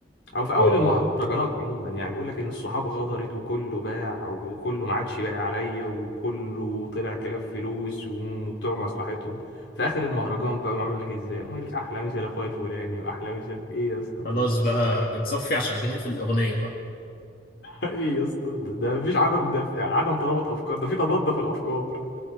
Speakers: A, on the left (about 80°); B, on the left (about 50°).
A: او في اول
B: اه
A: المهرجانات
B: اه
A: عموما يعني يقول لك ان الصحاب غدرت وكله باع وكله ما عادش باقي عليا وكله طلع كلاب فلوس وبتوع مصلحتهم في اخر المهرجان بقى عامل لك ازاي ويقول لك احلى مسا لاخويا الفلاني واحلى مسا ايه يا اسطى انت
B: خلاص
A: مش
B: بقى
A: <laughs>
B: بنصفي عشان بنقفل الأغنية بقى
A: ايه يا اسطى ده ده مفيش عدم ده في عدم ترابط افكار ده في تضاد في الافكار